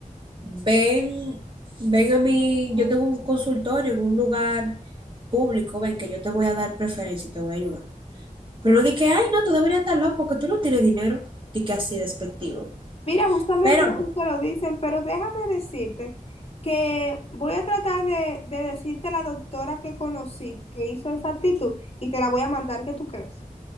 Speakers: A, on the right; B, on the left.
A: ven, ven a mí, yo tengo un consultorio en un lugar público, ven que yo te voy a dar preferencia y te voy a ayudar. Pero no di que ay, no, tú deberías estar loco porque tú no tienes dinero. di que así despectivo.
B: Mira, justamente
A: Pero
B: así te lo dicen, pero déjame decirte que voy a tratar de, de decirte la doctora que conocí, que hizo esa actitud, y te la voy a mandar, ¿qué tú crees?